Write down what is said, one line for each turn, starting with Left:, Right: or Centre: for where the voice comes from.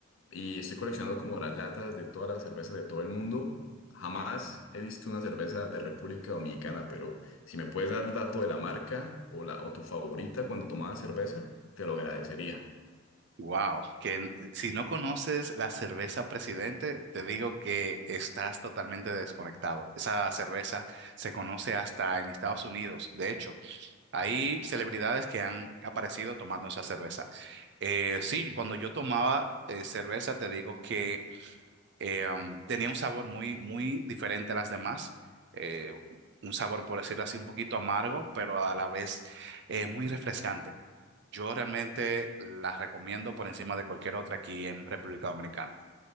Left: y estoy coleccionando como las latas de todas las cervezas de todo el mundo. Jamás he visto una cerveza de República Dominicana, pero si me puedes dar el dato de la marca o, la, o tu favorita cuando tomabas cerveza, te lo agradecería.
Right: Wow, que n- si no conoces la cerveza Presidente, te digo que estás totalmente desconectado. Esa cerveza se conoce hasta en Estados Unidos. De hecho, Hay celebridades que han aparecido tomando esa cerveza. Eh, sí, cuando yo tomaba eh, cerveza, te digo que eh, um, tenía un sabor muy, muy diferente a las demás. Eh, un sabor, por decirlo así, un poquito amargo, pero a la vez eh, muy refrescante. Yo realmente las recomiendo por encima de cualquier otra aquí en República Dominicana.